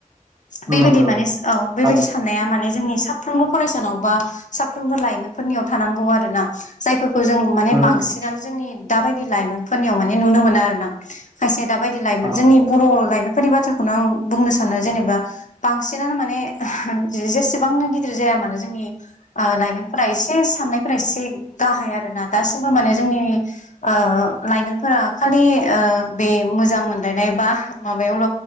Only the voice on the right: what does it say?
नंगौ
थारैनो
उम
उम
अ